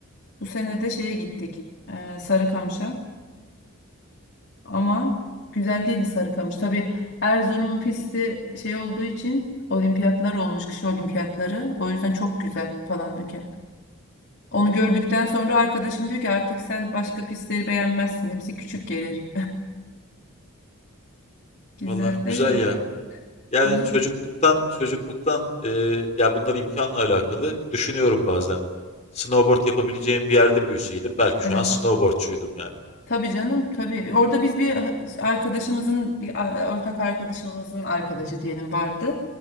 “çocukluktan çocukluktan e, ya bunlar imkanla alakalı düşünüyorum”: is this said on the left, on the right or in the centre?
Left